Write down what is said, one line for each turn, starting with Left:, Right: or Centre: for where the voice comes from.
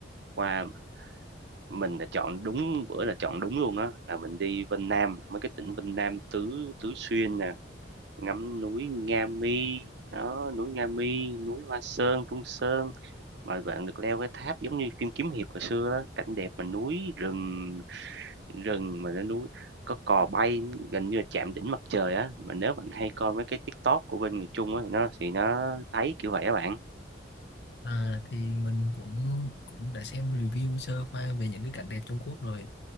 Right: qua mình đã chọn đúng bữa là chọn đúng luôn á, là mình đi Vân Nam, mấy cái tỉnh Vân Nam Tứ Tứ Xuyên nè, ngắm núi Nga Mi. Đó, núi Nga Mi, núi Hoa Sơn, Trung Sơn mà bạn được leo cái tháp giống như phim kiếm hiệp hồi xưa á, cảnh đẹp mà núi rừng Rừng mà lên núi, có cò bay gần như là chạm đỉnh mặt trời á, mà nếu bạn hay coi mấy cái TikTok của bên người Trung á thì nó thì nó thấy kiểu vậy á bạn.
Left: À, thì mình mình cũng cũng đã xem review sơ qua về những cái cảnh đẹp Trung Quốc rồi